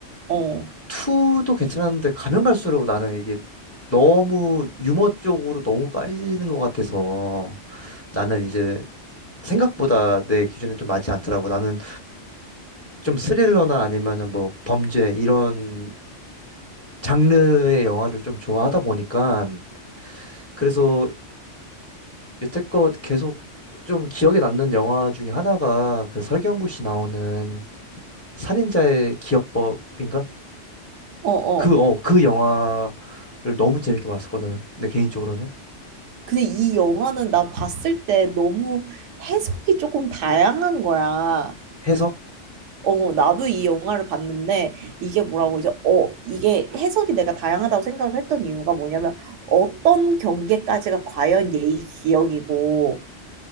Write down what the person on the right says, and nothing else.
어,
어, 어.
근데 이 영화는 나 봤을 때 너무 해석이 조금 다양한 거야.
어, 나도 이 영화를 봤는데 이게 뭐라고 그러죠? 어, 이게 해석이 내가 다양하다고 생각을 했던 이유가 뭐냐면 어떤 경계까지가 과연 예의 기억이고